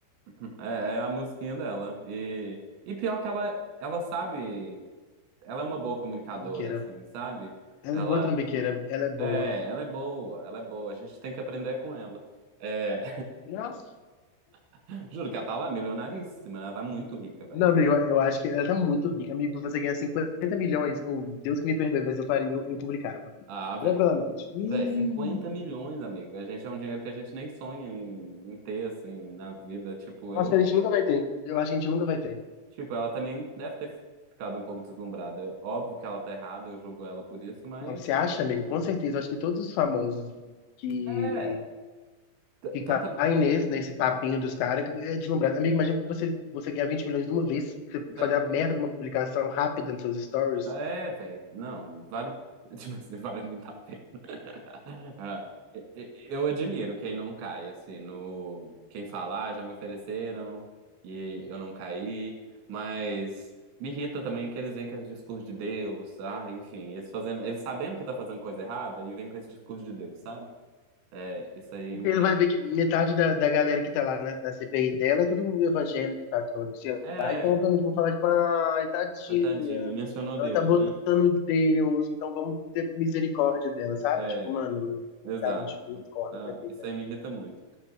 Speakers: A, on the right (about 80°); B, on the left (about 80°).
A: <laughs> é, é a musiquinha dela. E, e pior que ela, ela sabe, ela é uma boa comunicadora,
B: Trambiqueira.
A: assim, sabe?
B: Ela
A: Ela
B: é boa trambiqueira, ela é boa.
A: é, ela é boa, ela é boa. A gente tem que aprender com ela. É,
B: Nossa,
A: <laughs> juro que ela tá lá milionaríssima, né? Ela tá muito rica, velho.
B: Não, amigo, eu acho que ela tá muito rica. Amigo, você ganhar 50 milhões, ou Deus que me perdoe, mas eu faria, eu, eu publicava.
A: Ah, velho.
B: Tranquilamente. E
A: Velho, 50 milhões, amigo. A gente é um dinheiro que a gente nem sonha em, em ter, assim, na vida. Tipo, eu.
B: acho que a gente nunca vai ter. Eu acho que a gente nunca vai ter.
A: Tipo, ela também deve ter ficado um pouco deslumbrada. Óbvio que ela tá errada, eu julgo ela por isso, mas.
B: Não, você acha, amigo? Com certeza. Eu acho que todos os famosos que,
A: É, T-
B: que
A: Tanta.
B: caem nesse, nesse papinho dos caras que é deslumbrado. Amigo, imagina você, você ganhar 20 milhões de uma vez, você
A: É,
B: fazer a merda de uma publicação rápida nos seus stories.
A: é, velho. Não, vale. <laughs> Tipo assim, vale muito a pena. <laughs> Ah, e- e- Eu admiro quem não cai, assim, no. Quem fala, ah, já me ofereceram e eu não caí. Mas me irrita também que eles vêm com esse discurso de Deus, ah, enfim, eles fazendo. Eles sabendo que tá fazendo coisa errada e vêm com esse discurso de Deus, sabe? É, isso aí
B: Porque
A: me
B: ele
A: pega.
B: vai ver que metade da, da galera que tá lá na, na CPI dela é tudo evangélico, católico, sei lá.
A: É,
B: Então, obviamente, vão falar, tipo, ai, tadinha,
A: a tadinha, mencionou Deus,
B: ela tá botando
A: né?
B: Deus, então vamos ter misericórdia dela, sabe?
A: É,
B: Tipo, mano,
A: exato.
B: sabe? Tipo, acorda
A: Ah,
B: pra vida.
A: isso aí me irrita muito.